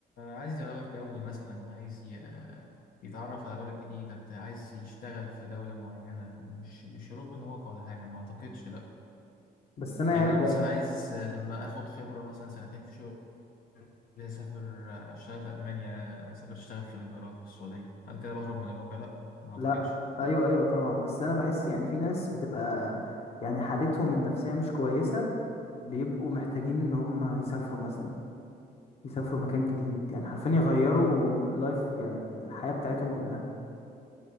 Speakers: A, on the left; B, on the left.
A: عايز يغير جو مثلا عايز ي- يتعرف على بلد جديدة بتاع عايز يشتغل في دولة معينة مش مش هروب من واقع ولا حاجة ما أعتقدش لا
B: بس انا يعني
A: يعني انا
B: ب...
A: مثلا عايز لما اخد خبره مثلا سنتين في شغل اسافر اشتغل في المانيا اسافر اشتغل في الامارات في السعوديه هل كده بهرب من الواقع لا ما اعتقدش
B: لا ايوه ايوه طبعا بس انا بحس يعني في ناس بتبقى يعني حالتهم النفسيه مش كويسه بيبقوا محتاجين ان هم يسافروا مثلا يسافروا مكان جديد يعني حرفيا يغيروا اللايف يعني الحياه بتاعتهم كلها